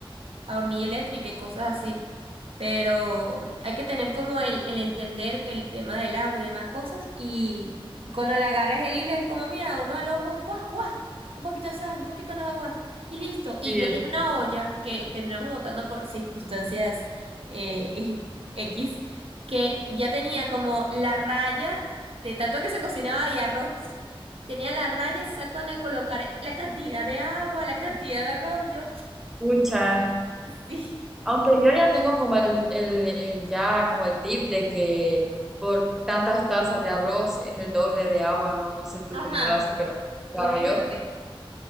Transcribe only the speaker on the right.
a hornilla eléctrica y cosas así. Pero mm, hay que tener como el, el entender el tema del agua y demás cosas. Y, y cuando le agarras el hilo es como, mira, uno al ojo, guau, guau, un poquito de sal, un poquito de nada, guau, y listo. Y
yo
tenía una olla que terminamos botando por circunstancias eh, <laughs> X, que ya tenía como la raya de tanto que se cocinaba y arroz. Tenía la raya exacta donde colocar la cantidad de agua, la cantidad de arroz, y yo,
<tsk> sí.
Ajá,
todos
inician
así.